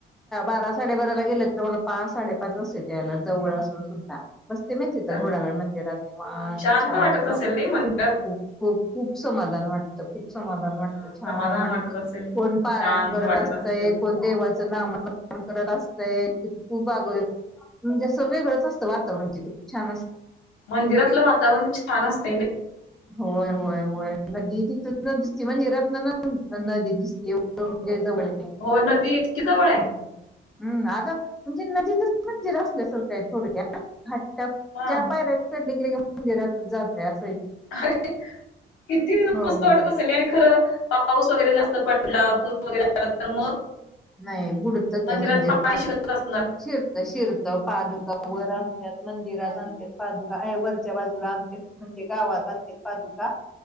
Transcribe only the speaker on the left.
होय
का
शांत
वाटत
असेल
नाही मंदिरात
हा
समाधान
असेल
शांत
वाटत
असेल
मंदिरातलं वातावरण छान असतय नई
हो नदी इतकी जवळाय
हा
अरे किती
मस्त
वाटत असेल ना आणि खरं पाऊस वगैरे जास्त पडला पूर वगैरे झाला तर मग
मंदिरात
पाणी
शिरत असणार